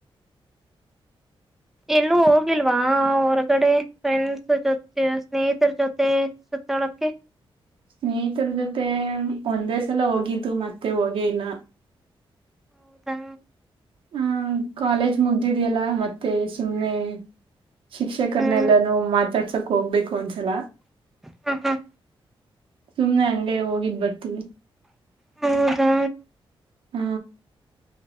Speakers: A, in the centre; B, on the right.
A: ಎಲ್ಲೂ ಹೋಗಿಲ್ವಾ ಹೊರಗಡೆ ಫ್ರೆಂಡ್ಸ್ ಜೊತೆ ಸ್ನೇಹಿತರ ಜೊತೆ ಸುತ್ತಾಡಕ್ಕೆ
B: ಸ್ನೇಹಿತರ ಜೊತೆ ಒಂದೇ ಸಲ ಹೋಗಿದ್ದು ಮತ್ತೆ ಹೋಗೇ ಇಲ್ಲ
A: ಹೌದಾ
B: ಹ ಕಾಲೇಜ್ ಮುಗ್ದಿದಿಯಲ್ಲ ಮತ್ತೆ ಸುಮ್ನೆ ಶಿಕ್ಷಕರನೆಲ್ಲಾನ
A: ಹ್ಮ್
B: ಮಾತಾ <inaudible> ಹೋಗ್ಬೇಕು ಒಂದ್ಸಲ
A: ಹ್ಮ ಹ್ಮ
B: ಸುಮ್ನೆ ಅಂಗೆ ಹೋಗಿದ್ ಬರ್ತೀವಿ
A: ಹೌದಾ
B: ಹ್ಮ